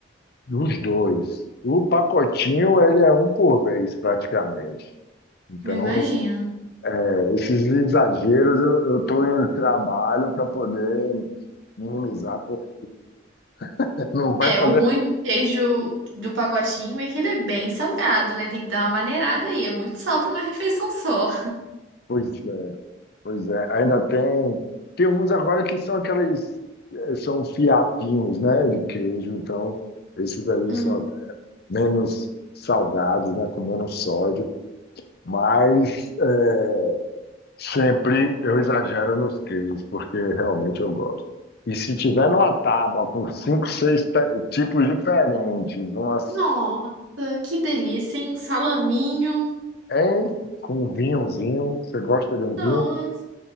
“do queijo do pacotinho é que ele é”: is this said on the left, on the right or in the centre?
Right